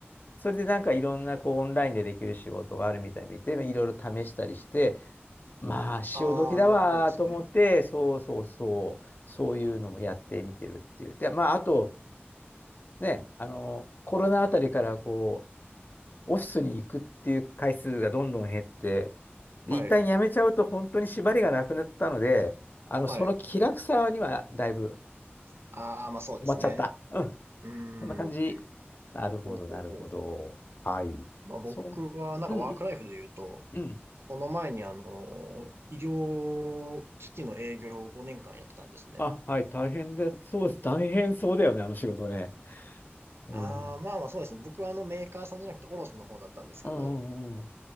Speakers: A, on the left; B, on the right.
A: それでなんかいろんなこうオンラインでできる仕事があるみたいに見て、いろいろ試したりして、まあ、潮時だわーと思って、
B: ああ、なるほどですね。
A: そうそうそう、そういうのもやってみてるっていう。で、まあ、あと、ね、あの、コロナあたりからこう、オフィスに行くっていう回数がどんどん減って、で、
B: はい、
A: 一旦辞めちゃうと本当に縛りがなくなったので、あの、
B: はい。
A: その気楽さにはだいぶ
B: ああ、まあそうですね。
A: 困っちゃった。うん。
B: うーん。
A: そんな感じ。なるほど、
B: ほうほうほうほう。
A: なるほど。はい。
B: まあ僕はなんかワークライフで言うと、
A: そう。うんうんうん。
B: この前にあの、医療機器の営業を5年間やってたんですね。
A: あ、はい、大変で、そうです。大変そうだよね、あの仕事ね。うん。
B: ああ、
A: うん
B: まあまあそうですね。僕はあのメーカーさんじゃなくて卸の方だったんですけど、
A: うんうん。